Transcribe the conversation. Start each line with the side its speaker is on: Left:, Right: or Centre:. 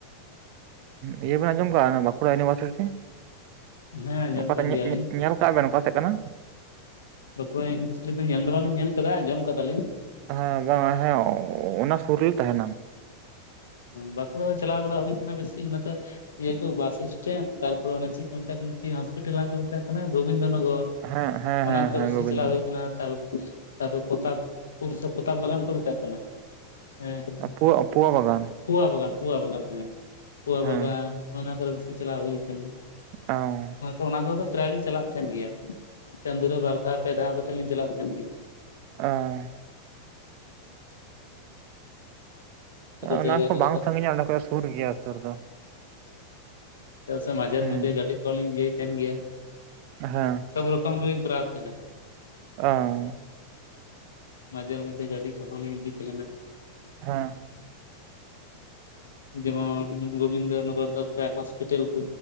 Right: ᱤᱭᱟᱹᱵᱮᱱ ᱟᱡᱚᱢ ᱠᱟᱜᱼᱟ ᱚᱱᱟ ᱵᱟᱸᱠᱩᱲᱟ ᱤᱭᱩᱱᱤᱵᱷᱟᱨᱥᱤᱴᱤ᱾
Left: ᱦᱮᱸ ᱟᱸᱡᱚᱢ
Right: ᱚᱠᱟ
Left: ᱠᱟᱜ
Right: <unintelligible>
Left: ᱜᱮᱭᱟᱞᱤᱧ
Right: ᱧᱮᱞ ᱠᱟᱜᱼᱟ ᱵᱮᱱ ᱚᱠᱟ ᱥᱮᱫ ᱠᱟᱱᱟ᱾
Left: ᱵᱟᱸᱠᱩᱲᱟ ᱤᱭᱩᱱᱤᱵᱷᱟᱨᱥᱤᱴᱤ ᱫᱚ ᱧᱮᱞ ᱫᱚ ᱵᱟᱞᱤᱧ ᱧᱮᱞ ᱠᱟᱫᱟ ᱟᱸᱡᱚᱢ ᱟᱠᱟᱫᱟᱞᱤᱧ᱾
Right: ᱦᱮᱸ ᱵᱟᱝ ᱦᱮᱸ ᱚᱱᱟ ᱥᱩᱨ ᱨᱮᱜᱮ ᱛᱟᱦᱮᱱᱟ᱾
Left: ᱵᱟᱸᱠᱩᱲᱟ ᱫᱚ ᱪᱟᱞᱟᱣ ᱵᱟᱲᱟ ᱦᱩᱭ ᱟᱠᱟᱱᱟ ᱵᱮᱥᱤ ᱚᱱᱟ ᱛᱚ ᱤᱭᱟᱹ ᱠᱚ ᱵᱟᱥ ᱥᱴᱮᱱᱰ ᱛᱟᱨ ᱯᱚᱨᱮ ᱚᱱᱮ ᱪᱮᱫ ᱠᱚ ᱢᱮᱛᱟᱜ ᱠᱟᱱᱟ ᱪᱮᱫ ᱦᱚᱸᱥᱯᱤᱴᱟᱞ ᱦᱟᱸᱜ ᱠᱚ ᱢᱮᱛᱟᱜ ᱠᱟᱱᱟ ᱜᱳᱵᱤᱱᱫᱚ ᱱᱚᱜᱚᱨ᱾
Right: ᱦᱮᱸ ᱦᱮᱸ
Left: ᱚᱱᱟ
Right: ᱦᱮᱸ
Left: ᱠᱚᱨᱮ
Right: ᱦᱮᱸ
Left: ᱵᱮᱥᱤ
Right: ᱜᱳᱵᱤᱱᱫᱚ
Left: ᱪᱟᱞᱟᱣ ᱦᱩᱭ ᱠᱟᱱᱟ <unintelligible> ᱛᱟᱯᱚᱨ ᱯᱚᱛᱟᱵᱯᱩᱨ ᱥᱮ ᱯᱚᱛᱟᱯ ᱵᱟᱜᱟᱱ ᱠᱚ ᱢᱮᱛᱟᱜ ᱠᱟᱱᱟ ᱦᱮᱸ᱾
Right: ᱚ ᱯᱚᱣᱟ <unintelligible> ᱯᱚᱣᱟ ᱵᱟᱜᱟᱱ
Left: ᱯᱩᱣᱟ ᱵᱟᱜᱟᱱ ᱯᱩᱣᱟ ᱵᱟᱜᱟᱱ ᱦᱮᱸ ᱯᱩᱣᱟ
Right: ᱦᱮᱸ
Left: ᱵᱟᱜᱟᱱ ᱚᱱᱟᱼᱚᱱᱟ ᱠᱚᱨᱮ ᱵᱤᱥᱤ ᱪᱟᱞᱟᱣ ᱦᱩᱭ ᱟᱠᱟᱱᱟ᱾
Right: ᱦᱮᱸ
Left: ᱦᱳᱭ ᱚᱱᱟ ᱠᱚᱨᱮ ᱫᱚ ᱯᱨᱟᱭ ᱞᱤᱧ ᱪᱟᱞᱟᱜ ᱛᱟᱦᱮᱱ ᱜᱮᱭᱟ᱾ ᱪᱟᱸᱫᱚ ᱨᱮ ᱵᱟᱨᱫᱷᱟᱣ ᱯᱮ ᱫᱷᱟᱣ ᱠᱟᱛᱮᱫ ᱞᱤᱧ ᱪᱟᱞᱟᱜ ᱛᱟᱦᱮᱸᱱ ᱜᱮᱭᱟ᱾
Right: ᱚᱸ ᱚᱱᱟ
Left: ᱡᱟᱭᱜᱟ
Right: ᱠᱚ
Left: ᱠᱚᱨᱮ
Right: ᱵᱟᱝ
Left: ᱫᱚ
Right: ᱥᱟᱹᱜᱤᱧᱟ ᱚᱸᱰᱮ ᱠᱷᱚᱡ ᱥᱩᱨ ᱜᱮᱭᱟ ᱥᱩᱨ ᱫᱚ᱾
Left: ᱪᱮᱫᱟᱜ ᱥᱮ ᱢᱟᱡᱷᱮᱨ
Right: ᱦᱮᱸ
Left: ᱢᱚᱫᱽᱫᱷᱮ ᱜᱟᱹᱰᱤ ᱠᱚ ᱞᱤᱧ ᱤᱭᱟᱹᱭ ᱛᱟᱦᱮᱸᱱ ᱜᱮᱭᱟ᱾
Right: ᱦᱮᱸ᱾
Left: ᱥᱚᱵ ᱨᱚᱠᱚᱢ ᱜᱮᱞᱤᱧ ᱠᱚᱨᱟᱣ ᱛᱟᱦᱮᱸᱱᱟ
Right: ᱚᱸ
Left: ᱢᱟᱡᱮᱟᱨ ᱢᱚᱫᱫᱷᱮ ᱜᱟᱹᱰᱤ ᱠᱚ ᱦᱚᱸ ᱞᱤᱧ ᱤᱫᱤᱭ ᱛᱟᱦᱮᱸᱱᱟ᱾
Right: ᱦᱮᱸ᱾
Left: ᱡᱮᱢᱚᱱ ᱜᱳᱵᱤᱱᱫᱚ ᱱᱚᱜᱚᱨ ᱫᱚ ᱯᱨᱟᱭ ᱦᱚᱥᱯᱤᱴᱟᱞ ᱠᱚ᱾